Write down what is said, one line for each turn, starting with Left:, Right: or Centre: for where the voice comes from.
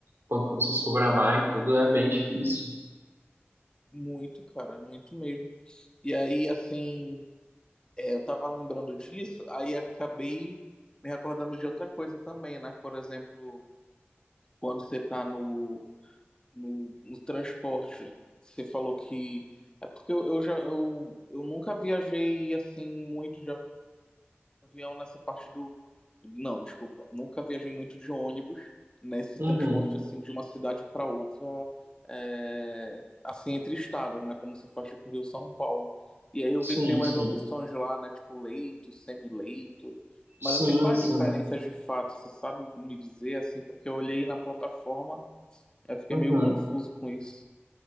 Right: Como pra você se programar e tudo, é bem difícil.
Left: Muito, cara, muito mesmo. E aí, assim. É, eu tava lembrando disso, aí acabei me recordando de outra coisa também, né? Por exemplo, quando você tá no, no, no transporte, você falou que. É porque eu, eu já eu, eu nunca viajei assim muito, de avião nessa parte do. Não, desculpa. Nunca viajei muito de ônibus nesse
Right: Uhum.
Left: transporte assim de uma cidade para outra, é, assim entre estados, né? Como você faz tipo Rio São Paulo. E aí eu
Right: Sim,
Left: vi que tem umas
Right: sim.
Left: opções lá, né? Tipo leito, semileito. Mas
Right: Sim,
Left: assim, qual
Right: sim.
Left: é a diferença de fato? Você sabe me dizer assim? Porque eu olhei na plataforma, eu fiquei
Right: Uhum.
Left: meio confuso com isso.